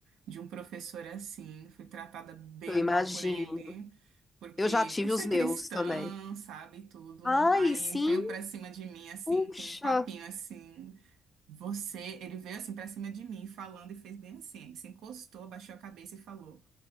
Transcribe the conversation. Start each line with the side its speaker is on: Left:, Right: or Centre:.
Right: de um professor assim, fui tratada bem
Left: Eu imagino.
Right: mal por ele, porque
Left: Eu já tive
Right: por ser
Left: os meus
Right: cristã,
Left: também.
Right: sabe, e tudo.
Left: Ai,
Right: Aí
Left: sim,
Right: veio pra cima de mim assim
Left: puxa,
Right: com um papinho assim, você, ele veio assim pra cima de mim falando e fez bem assim, se encostou, abaixou a cabeça e falou: